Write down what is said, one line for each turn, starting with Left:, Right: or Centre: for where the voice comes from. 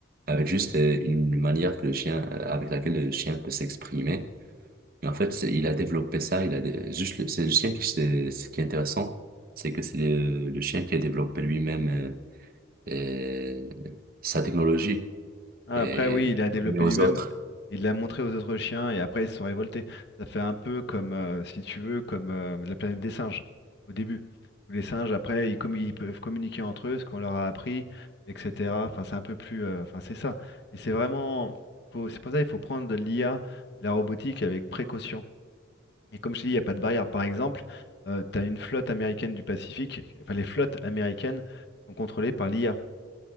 Right: avec juste euh, une manière que le chien, euh, avec laquelle le chien peut s'exprimer. Et en fait, c'est- il a développé ça, il a dé- juste le- c'est le chien qui c'est ce qui est intéressant, c'est que c'est le, le chien qui a développé lui-même euh, euh, sa technologie
Left: Ah,
Right: et
Left: Après, oui,
Right: il
Left: il
Right: l'a
Left: a développé
Right: permis aux
Left: lui-même,
Right: autres.
Left: il l'a montré aux autres chiens et après ils se sont révoltés. Ça fait un peu comme, euh, si tu veux, comme euh, la planète des singes au début. Où les singes, après, ils, commu- ils peuvent communiquer entre eux, ce qu'on leur a appris, etc. Enfin, c'est un peu plus. euh, Enfin, c'est ça. Et c'est vraiment. faut- C'est pour ça qu'il faut prendre l'IA, la robotique avec précaution. Et comme je te dis, il n'y a pas de barrière. Par exemple, tu as une flotte américaine du Pacifique. Enfin, les flottes américaines sont contrôlées par l'IA.